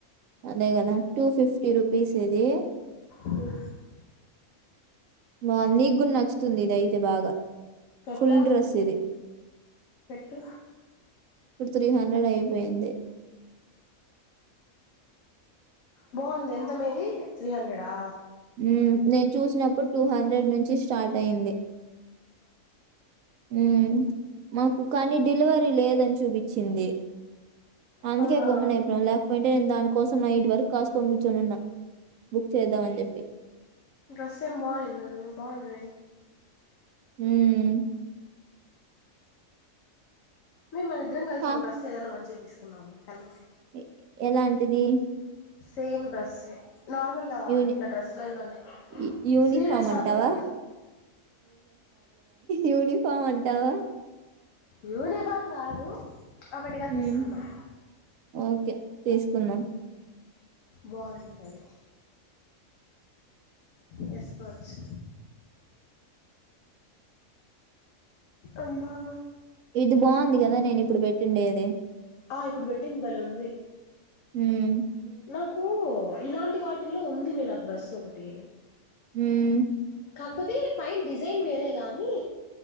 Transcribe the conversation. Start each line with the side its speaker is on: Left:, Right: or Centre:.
Right: అదే కదా టూ ఫిఫ్టీ రుపీస్ ఇది
Left: హ్మ్
Right: బావుంది నీకు గూడ నచ్చుతుంది ఇది అయితే బాగా
Left: పెట్ట
Right: ఫుల్ డ్రెస్ ఇది
Left: పెట్టు
Right: ఇది త్రీ హండ్రెడ్ అయి వేంది
Left: బాగుంది ఎంతమ్మా ఇది త్రీ హండ్రెడా
Right: మ్మ్ నేను చూసినప్పుడు టూ హండ్రెడ్ నుంచి స్టార్ట్ అయింది ఉమ్మ్ మాకు కానీ డెలివరీ లేదని చూపించింది అందుకే
Left: అవునా
Right: గమ్మున అయిపోయాం లేకపోయి ఉ నేను దాని కోసం నైట్ వరకు కాసుకొని కూర్చోనున్న బుక్ చేద్దామని చెప్పి
Left: డ్రెస్ ఏం బాగుండిది కదా బాగున్నది
Right: ఉమ్మ్
Left: మీ మనిద్దరం కలిసి
Right: పా
Left: ఒక డ్రెస్ ఏదనా మంచిది తీసుకున్నామ్మ కలిసి
Right: ఎ ఎలాంటిది
Left: సేమ్ డ్రెస్సే నార్మల్
Right: యూని
Left: ఇట్లా డ్రెస్సులలోనే
Right: యు యూనిఫార్మ్
Left: స్లీవ్లెస్ మాత్రం
Right: అంటావా?
Left: వద్దు
Right: యూనిఫామ్ అంటావా
Left: యూనిఫామ్ కాదు ఒకటిగా
Right: హ్మ్.
Left: తీసుకుందాం
Right: ఓకే తీసుకుందాం
Left: బాగుంటది వేసుకోవచ్చు అమ్మా
Right: ఇది బాగుంది కదా నేను ఇప్పుడు పెట్టిండేది
Left: ఆ ఇప్పుడు పెట్టింది బలే ఉంది
Right: ఉమ్మ్
Left: నాకు ఇలాంటి వాటి ఇటిలో ఉంది మే నాకు డ్రస్ ఒకటి
Right: ఉమ్మ్
Left: కాకపోతే పైన డిజైన్ వేరే గాని